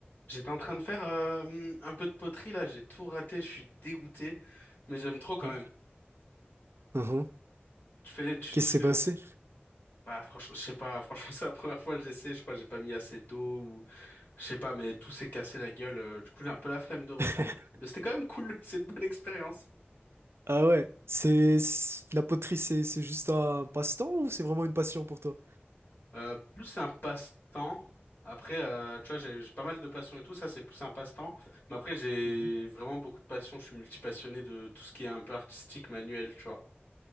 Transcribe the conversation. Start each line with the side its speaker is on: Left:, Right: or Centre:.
Left: J'étais en train de faire euh, un peu de poterie là, j'ai tout raté, je suis dégoûté, mais j'aime trop quand
Right: Mhm.
Left: même.
Right: Mhm.
Left: Tu fais, tu,
Right: Qu'est-ce
Left: tu
Right: qui s'est
Left: fais,
Right: passé?
Left: bah franchement, je sais pas, franchement <laughs> c'est la première fois que j'essaie, je crois que j'ai pas mis assez d'eau ou je sais pas, mais tout s'est cassé la gueule. euh, du coup j'ai un peu la flemme de reprendre,
Right: <laughs>
Left: mais c'était quand même cool, <laughs> c'est une bonne expérience.
Right: Ah ouais, c'est c'est- la poterie, c'est c'est juste un passe-temps ou c'est vraiment une passion pour toi?
Left: Euh, plus un passe-temps. Après, euh, tu vois, j'ai j'ai pas mal de passions et tout, ça c'est plus un passe-temps. Mais après j'ai
Right: Mhm.
Left: vraiment beaucoup de passions, je suis multipassionné de tout ce qui est un peu artistique, manuel, tu vois.